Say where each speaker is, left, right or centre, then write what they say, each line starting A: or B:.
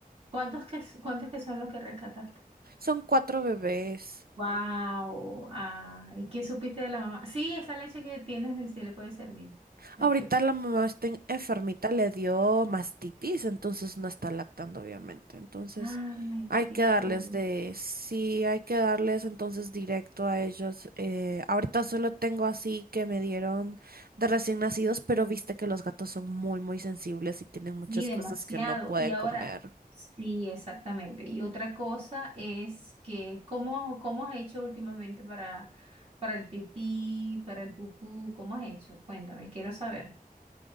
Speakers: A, on the right; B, on the right.
A: ¿Cuántos que, cuántos que son los que rescataste?
B: Son cuatro bebés.
A: Wow. Ah, ¿y qué supiste de la mamá? Sí, esa leche que tienes del cielo puede servir. Perfecto.
B: Ahorita la mamá está en- enfermita, le dio mastitis, entonces no está lactando, obviamente. Entonces
A: Ay,
B: hay
A: qué
B: que darles
A: cool.
B: de, sí, hay que darles entonces directo a ellos. eh, ahorita solo tengo así que me dieron de recién nacidos, pero viste que los gatos son muy, muy sensibles y tienen muchas
A: Sí, demasiado.
B: cosas que no pueden
A: Y ahora,
B: comer.
A: sí, exactamente. Y otra cosa es que, ¿cómo, cómo has hecho últimamente para, para el pipí, para el pupú? ¿Cómo has hecho? Cuéntame, quiero saber.